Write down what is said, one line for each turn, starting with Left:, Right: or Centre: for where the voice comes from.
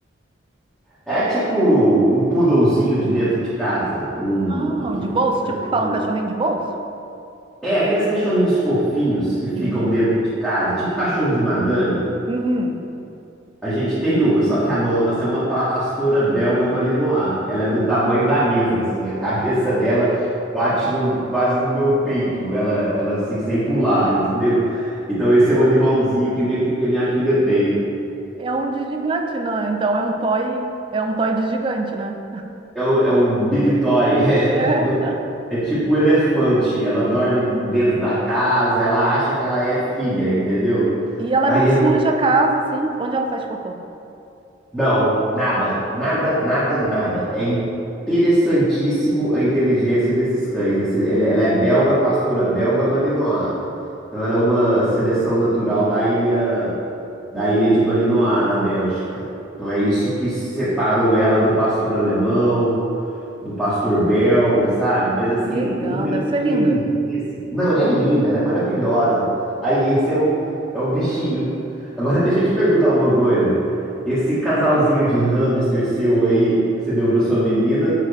Centre: É tipo um poodlezinho de dentro de casa, um
Right: Não,
Centre: aqueles
Right: de bolso,
Centre: cachorrinhos,
Right: tipo que fala um cachorrinho de bolso?
Centre: é aqueles cachorrinhos fofinhos que ficam
Right: Pequenininho.
Centre: dentro de casa, tipo cachorro de madame.
Right: Uhum.
Centre: A gente tem uma, só que a nossa é uma pastora belga malinois. Ela é do tamanho da mesa, assim. A cabeça dela bate no- quase no meu peito. Ela, ela assim, sem pular, <laughs> entendeu? Então esse é o animalzinho que minha, que a minha filha tem.
Right: É um de gigante, né? Então é um toy, é um toy de gigante, né?
Centre: É um, é um big toy. <laughs>
Right: <laughs>
Centre: É, é tipo um elefante. Ela dorme dentro da casa. Ela acha que ela é filha, entendeu?
Right: E ela
Centre: Aí
Right: não suja
Centre: é muito
Right: a casa, assim, onde ela faz cocô.
Centre: Não, nada, nada, nada, nada. É interessantíssimo a inteligência desses cães. Desse- ele- ela é belga, pastora belga Malinois. Então ela é uma seleção natural da ilha da ilha de Malinois, na Bélgica. Então é isso que separou ela do pastor alemão, do pastor belga, sabe? Mas assim,
Right: Que legal,
Centre: uma
Right: deve
Centre: inteligência.
Right: ser linda.
Centre: Não, ela é linda, ela é maravilhosa. Aí esse é o, é o bichinho. Agora <laughs> deixa eu te perguntar uma coisa. Esse casalzinho de hamster seu aí que você deu para sua menina,